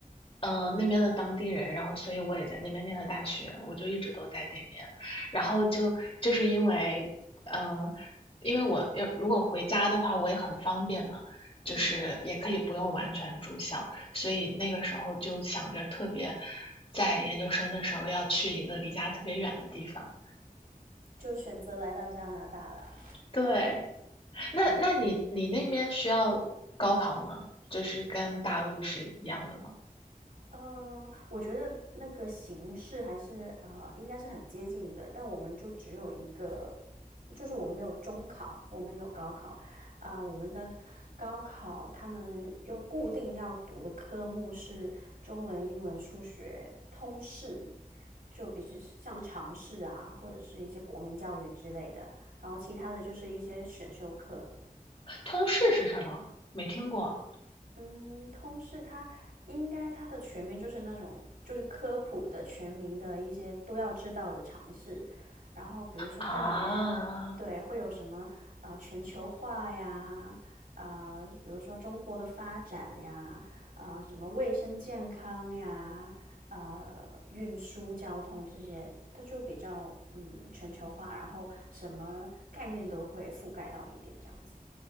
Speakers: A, on the left; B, on the right.
A: 嗯呃那边的当地人，然后所以我也在那边念的大学，我就一直都在那边，然后就就是因为，嗯、因为我要如果回家的话，我也很方便嘛，就是也可以不用完全住校，
B: 嗯，
A: 所以那个时候就想着特别，在研究生的时候要去一个离家特别远的地方，
B: 就选择来到加拿大了。
A: 对，那那你你那边需要高考吗？
B: 哦，
A: 就是跟大陆是一样的吗？
B: 呃，我觉得那个形式还是呃，应该是很接近的，但我们就只有一个，就是我们没有中考，我们有高考，啊、我们的高考他们又固定要读的科目是中文、英文、数学、通识，就比如像尝试啊，或者是一些国民教育之类的，然后其他的就是一些选修课，
A: 通识是什么？没听过
B: 嗯，通识它应该它的全名就是那种就是科普的全民的一些都要知道的常识，然后比如说它里面对会有什么呃全球化呀，
A: 啊。
B: 啊、比如说中国的发展呀，啊、什么卫生健康呀，呃运输交通这些，它就比较嗯全球化，然后什么概念都会覆盖到一点这样子。